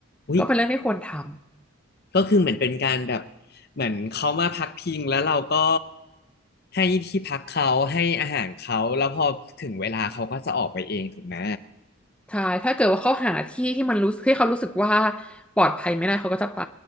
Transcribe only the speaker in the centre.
ก็เป็นเรื่องที่ควรทำ
ใช่ถ้าเกิดว่าเขาหาที่ที่มันรู้ที่เขารู้สึกว่าปลอดภัยไม่ได้เขาก็จะไป